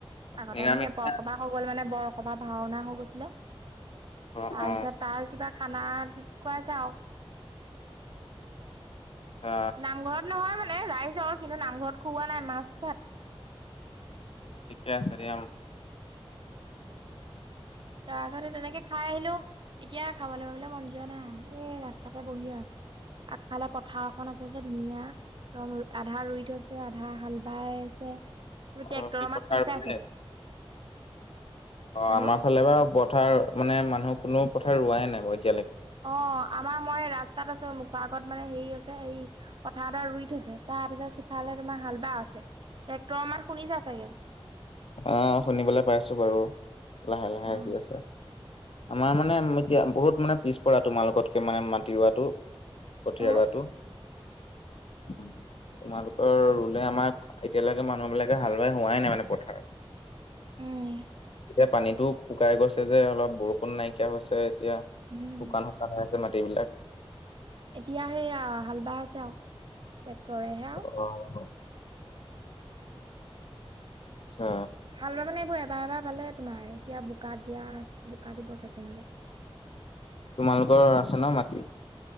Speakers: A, on the right (about 55°); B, on the left (about 70°).
A: আগতে
B: নিৰামিষ
A: এনেকে বৰসবাহ
B: নে
A: হৈ গ'ল মানে বৰসবা ভাওনা হৈ গৈছিলে তাৰপিছত
B: অ অ
A: তাৰ কিবা খানা খুৱাইছা
B: আচ্ছা
A: নামঘৰত নহয় মানে ৰাইজৰ কিন্তু নামঘৰত খুওৱা নাই মাছ ভাত।
B: শিকাই আছোঁ দিয়া।
A: ত আচাৰে তেনেকে খাই আহিলো। এতিয়া খাবলৈ পাবলৈ মন যোৱা নাই এই ৰাস্তাতে বহি। আগফালে পথাৰখন আছে যে ধুনীয়া একদম আধা ই থ আছে আধা হাল বাই আছে। তি
B: অ
A: টেক্টৰ
B: কি
A: আমাৰ
B: পথাৰ
A: পিছাই
B: ৰুলে?
A: চাগে।
B: অ
A: হেল্ল'
B: আমাৰ ফালে বাৰু পথাৰ মানে মানুহ কোনো পথাৰ ৰোৱাই নাই ব।
A: অ আমাৰ মই ৰাস্তাত আছো মুখা। আত মানে হেৰি হৈছে এই পথাৰত ৰুই থৈছে তাৰ পিছত সিফালে তোমাৰ হাল বা আছে। ট্ৰেক্টৰ মাত শুনিছা চাগে।
B: আহ শুনিবলৈ পাইছো বাৰু লাহে লাহে
A: অ
B: আহি আছে। আমাৰ মানে এতিয়া বহুত মানে পিছ পৰা তোমাৰ লগতকে মানে মাতি ৰোৱাটো। কঠীয়াৰোৱাটো।
A: অ
B: উ তোমালোকৰ ৰুলে আমাৰ এতিয়ালৈকে মানুহ বিলাকে হাল বাই হোৱাই নাই মানে পথাৰত
A: উম
B: এতিয়া পানীতো শুকাই গৈছে যে অলপ বৰষুণ নাইকিয়া হৈছে এতিয়া
A: উম
B: শুকান শুকান হৈ আছে মাটিবিলাক
A: এতিয়া সেইয়া হাল বাই আছে আৰু টেক্টৰেহে আও
B: অ', আচ্ছা
A: হাল ব মানে এইবোৰ এবাৰ এবাৰ পালে তোমাৰ এতিয়া বোকা দিয়া বোকা দিব চাকে চাগে ৰুব
B: তোমালোকৰ আছে ন মাটি